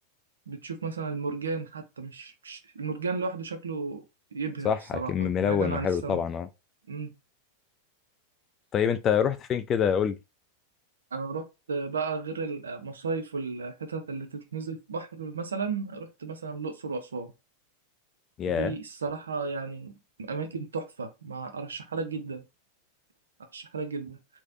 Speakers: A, on the right; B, on the left.
A: بتشوف مثلا المرجان حتى مش, مش المرجان لوحده شكله يبهر
B: صح
A: الصراحه
B: اكيد ملون
A: بعيدا
B: وحلو
A: عن السماء
B: طبعا اه
A: مم.
B: طيب انت رحت فين كده قول لي
A: انا رحت بقى غير المصايف والحتت اللي تتنزل في بحر مثلا رحت مثلا الاقصر واسوان
B: ياه
A: دي الصراحة يعني أماكن تحفة ما أرشحها لك جدا أرشحها لك جدا